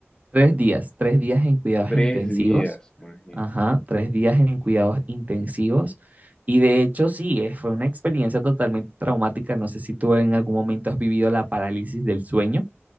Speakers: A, on the right; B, on the left.
A: Tres días, tres días en cuidados
B: Tres
A: intensivos,
B: días, imagínate.
A: ajá, tres días en cuidados intensivos. Y de hecho, sí, eh, fue una experiencia totalmente traumática. No sé si tú en algún momento has vivido la parálisis del sueño.